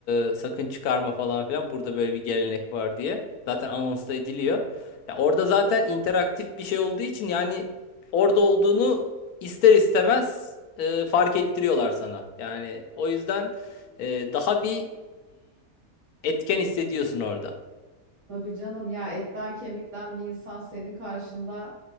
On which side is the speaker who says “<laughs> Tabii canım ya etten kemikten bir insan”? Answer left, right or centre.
Right